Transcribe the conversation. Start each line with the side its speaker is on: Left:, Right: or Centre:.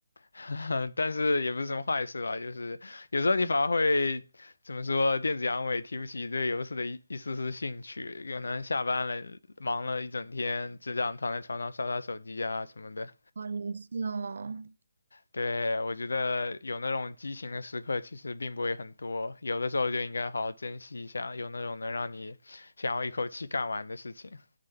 Left: <laughs> 但是也不是什么坏事吧，就是有时候你反而会怎么说，电子阳痿提不起对游戏的一一丝丝兴趣，可能下班了忙了一整天，只想躺在床上刷刷手机啊什么的。
Right: 哇，游戏哦，
Left: 对，我觉得有那种激情的时刻其实并不会很多，有的时候就应该好好珍惜一下，有那种能让你想要一口气干完的事情。